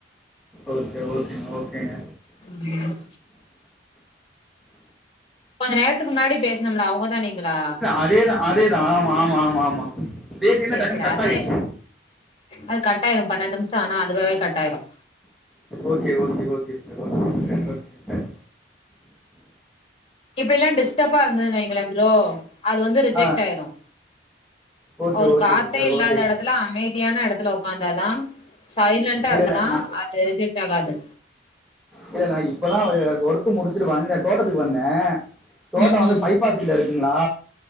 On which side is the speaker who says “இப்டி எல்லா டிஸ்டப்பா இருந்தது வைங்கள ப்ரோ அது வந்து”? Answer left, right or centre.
Left